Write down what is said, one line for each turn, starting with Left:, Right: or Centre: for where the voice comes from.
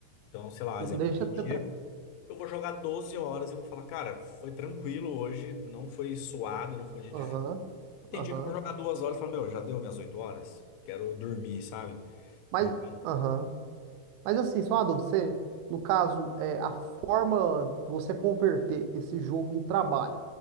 Left: Então, sei lá,
Right: Não
Left: exemplo,
Right: deixa
Left: tem
Right: de
Left: dia
Right: ser.
Left: que eu vou jogar 12 horas e vou falar, cara, foi tranquilo hoje, não foi suado, não foi um dia
Right: Aham,
Left: difícil. Tem
Right: aham.
Left: dia que eu vou jogar duas horas e falo, meu, já deu minhas oito horas? Quero dormir, sabe?
Right: Mas,
Left: Não
Right: aham. Mas assim, só uma dúvida, você, no caso, é, a forma de você converter esse jogo em trabalho,